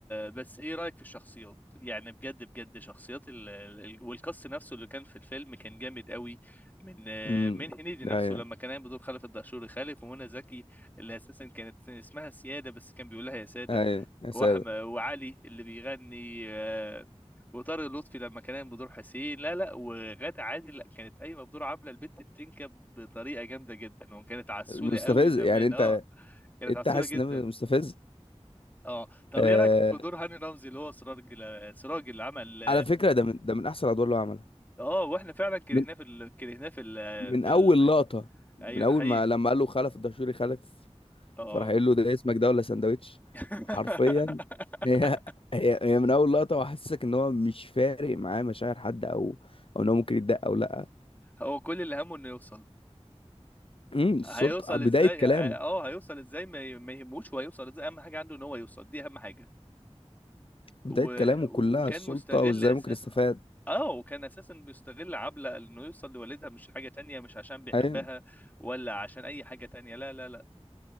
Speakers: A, on the left (about 15°); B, on the left (about 55°).
A: <laughs> بس ايه رايك في الشخصيات يعني بجد بجد شخصيات ال... ال- والكاست نفسه اللي كان في الفيلم كان جامد قوي من
B: مم.
A: من هنيدي نفسه
B: أيوة.
A: لما كان قايم بدور خلف الدهشوري خالف ومنى زكي اللي اساسا كانت اسمها سياده بس كان بيقول لها يا ساده
B: ايوه يا
A: واحمد
B: ساتر
A: وعلي اللي بيغني آه، وطارق لطفي لما كان قايم بدور حسين لا لا وغادة عادل لا كانت قايمه بدور عبله البت بتنكب بطريقه جامده جدا وكانت عسوله
B: مستفز
A: قوي زمان
B: يعني انت
A: اه كانت
B: انت
A: عسولة
B: حاسس
A: جدا
B: ان مستفز
A: اه طب
B: آه...
A: ايه رايك في دور هاني رمزي اللي هو سراج ال- سراج اللي عمل
B: على فكره ده من ده من احسن الادوار اللي هو عملها
A: اه واحنا فعلا كرهناه
B: من
A: في ال... كرهناه في ال...
B: من
A: في
B: اول
A: ال...
B: لقطه
A: ايوه
B: من اول
A: ده حقيقي
B: ما لما قال له خلف الدشوري خلف
A: اه
B: فراح قايل له ده اسمك ده ولا سندوتش
A: <laughs>
B: حرفيا هي هي هي من اول لقطه وحسسك ان هو مش فارق معاه مشاعر حد او او ان هو ممكن يتضايق او لا
A: هو كل اللي همه انه يوصل
B: امم السلطه
A: هيوصل
B: بدايه
A: ازاي
B: كلامه
A: اه هيوصل ازاي ما ي- ما يهموش هو هيوصل ازاي اهم حاجه عنده ان هو يوصل دي اهم حاجه و...
B: بدايه كلامه
A: وكان
B: كلها السلطه
A: مستغل
B: وازاي
A: اساسا
B: ممكن يستفاد
A: اه وكان اساسا بيستغل عبلة انه يوصل لوالدها مش حاجه تانية مش عشان بيحبها
B: ايوه
A: ولا عشان اي حاجه تانية لا لا لا